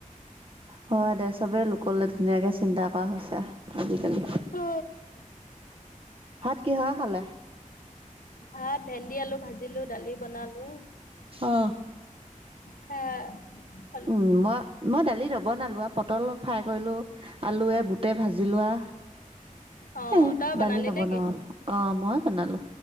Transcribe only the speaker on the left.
অ
ভাত ভেন্দি আলু ভাজিলো দালি বনালো।
<inaudible>
অ
তই বনালি
নেকি